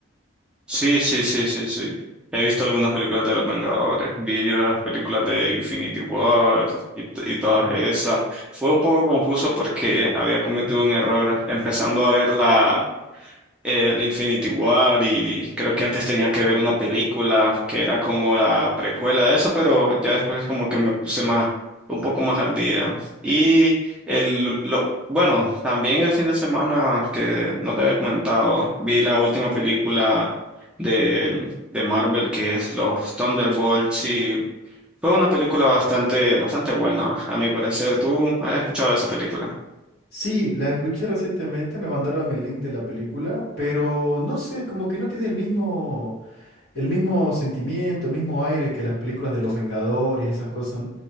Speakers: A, in the centre; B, on the left.
A: Sí, sí, sí, sí, sí. He visto algunas películas de los Vengadores, vi las películas de Infinity War y, t- y todas esas. Fue un poco confuso porque había cometido
B: Mm.
A: un error empezando a verla el Infinity War y creo que antes tenía que ver una película que era como la precuela de eso, pero ya después como que me puse más, un poco más al día. Y el, lo, bueno, también el fin de semana que no te había comentado, vi la última película de, de Marvel que es los Thunderbolts y fue una película bastante, bastante buena, a mi parecer. ¿Tú has escuchado esa película?
B: Sí, la escuché recientemente, me mandaron el link de la película, pero no sé, como que no tiene el mismo... El mismo sentimiento, el mismo aire que las películas de los Vengadores y esas cosas.